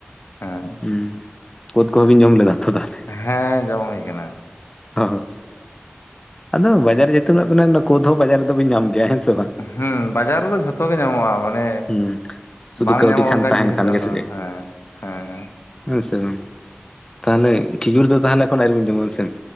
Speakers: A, on the left (about 80°); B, on the left (about 15°).
A: ᱦᱮᱸ
B: ᱩᱸ ᱠᱳᱫ ᱠᱚᱦᱚᱸ ᱵᱤᱱ ᱡᱚᱢ ᱞᱮᱫᱟ ᱛᱚ ᱛᱟᱦᱚᱞᱮ?
A: ᱦᱮᱸ ᱡᱚᱢ ᱦᱩᱭ ᱠᱟᱱᱟ᱾
B: ᱦᱚ ᱟᱫᱚ ᱵᱟᱡᱟᱨ ᱡᱚᱛᱚᱱᱟᱜ ᱢᱮᱱᱟᱜᱼᱟ ᱠᱳᱫ ᱦᱚᱸ ᱵᱟᱡᱟᱨ ᱨᱮᱫᱚ ᱵᱤᱱ ᱧᱟᱢ ᱜᱮᱭᱟ ᱦᱮᱸᱥᱮ ᱵᱟᱝ?
A: ᱦᱩᱸ ᱵᱟᱡᱟᱨ ᱨᱮᱫᱚ ᱡᱷᱚᱛᱚ ᱜᱮ ᱧᱟᱢᱚᱜᱼᱟ, ᱢᱟᱱᱮ
B: ᱦᱩᱸ ᱥᱩᱫᱷᱩ
A: ᱵᱟᱝ
B: ᱠᱟᱹᱣᱰᱤ
A: ᱧᱟᱢᱚᱜ
B: ᱠᱷᱟᱱ
A: ᱚᱱᱠᱟᱱ
B: ᱛᱟᱦᱮᱱ
A: ᱡᱤᱱᱤᱥ
B: ᱠᱷᱟᱱ
A: ᱵᱟᱹᱱᱩᱜᱼᱟ
B: ᱜᱮ ᱥᱮ ᱪᱮᱫ
A: ᱦᱮᱸ ᱦᱮᱸ ᱦᱮᱸ᱾
B: ᱦᱮᱸ ᱥᱮ ᱵᱟᱝ ᱛᱟᱦᱚᱞᱮ ᱠᱷᱤᱡᱩᱨ ᱫᱚ ᱛᱟᱦᱚᱞᱮᱠᱷᱚᱱ ᱟᱹᱣᱨᱤᱵᱤᱱ ᱡᱚᱢᱟ ᱦᱮᱸᱥᱮ?